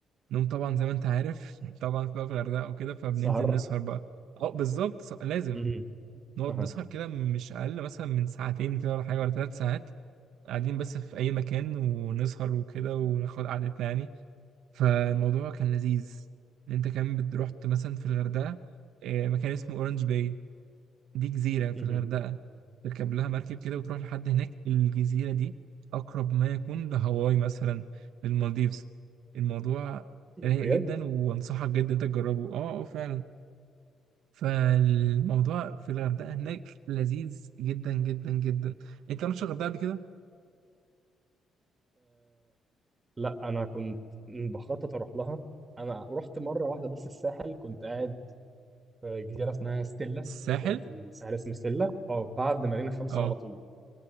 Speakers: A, on the right (about 85°); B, on the right (about 30°).
A: نوم طبعا زي ما انت عارف <laughs> طبعا بقى في الغردقه وكده فبننزل
B: سهر
A: نسهر بقى اه بالظبط ص- لازم
B: مم.
A: نقعد
B: اها
A: نسهر كده مش اقل مثلا من ساعتين كده ولا حاجه ولا ثلاث ساعات قاعدين بس في اي مكان ونسهر وكده وناخد قعدتنا يعني فالموضوع كان لذيذ انت كمان بت- رحت مثلا في الغردقه آه، مكان اسمه اورنج باي دي جزيرة في
B: مم.
A: الغردقة تركب لها مركب كده وتروح لحد هناك الجزيرة دي أقرب ما يكون لهاواي مثلا للمالديفز الموضوع رايق
B: بجد؟
A: جدا وأنصحك جدا أنت تجربه أه أه فعلا فالموضوع في الغردقة هناك لذيذ جدا جدا جدا أنت ما رحتش الغردقة قبل كده؟
B: لا انا كنت بخطط اروح لها انا رحت مره واحده بس الساحل كنت قاعد في جزيره اسمها ستيلا
A: الساحل؟
B: مكان في الساحل اسمه ستيلا اه بعد مارينا خمسة
A: أه
B: على طول